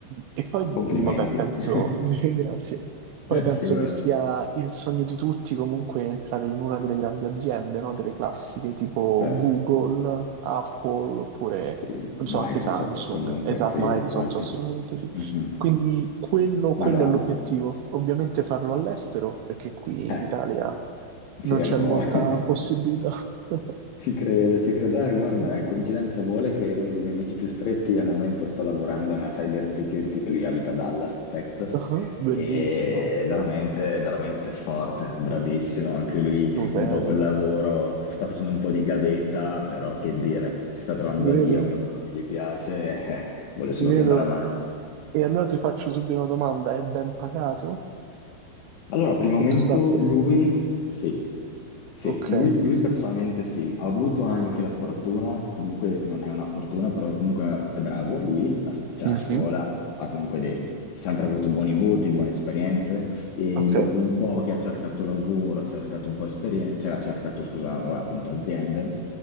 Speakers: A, on the right; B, on the left.
A: e poi, mh,
B: Complimenti.
A: vabbè, penso,
B: <laughs>
A: <laughs> grazie. Poi penso
B: Figurati,
A: che sia il sogno di tutti comunque entrare in una delle grandi aziende, no? Delle classiche tipo
B: certo.
A: Google, Apple, oppure,
B: Sì,
A: non
B: Microsoft
A: so, anche Samsung,
B: comunque,
A: esatto,
B: sì,
A: Microsoft,
B: infatti.
A: assolutamente sì.
B: Mhm.
A: Quindi quello, quello
B: Madonna.
A: è l'obiettivo. Ovviamente farlo all'estero, perché qui
B: Eh,
A: in Italia
B: sì,
A: non
B: è
A: c'è
B: un po'...
A: molta
B: <laughs>
A: possibilità. <laughs>
B: Ci credo, ci credo. Eh, guarda,
A: Mm,
B: eh,
A: mm,
B: coincidenza vuole che uno dei miei amici più stretti al momento sta lavorando nella cyber security, che lui abita a Dallas, Texas,
A: Ah, Bellissimo,
B: e è veramente, è veramente forte, bravissimo. Anche lui
A: stupendo.
B: un po' col lavoro, sta facendo un po' di gavetta, però che dire, si sta trovando
A: Ti credo,
B: da Dio, è un lavoro che gli piace, <laughs> eh, vuole solo
A: ti credo.
B: che andrà avanti.
A: E allora ti faccio subito una domanda: è ben pagato?
B: Allora, primo
A: Che
B: momento
A: tu sappia?
B: lui sì, sì,
A: Ok.
B: lui, lui personalmente sì, ha avuto anche la fortuna, comunque non è una fortuna, però comunque è bravo lui, a- cioè
A: Mhm.
B: a scuola ha comunque dei- sempre avuto buoni voti, buone esperienze e
A: Ok.
B: dopo un po' che ha cercato lavoro, ha cercato un po' esperienza, cioè ha cercato, scusa, vabbè, appunto aziende,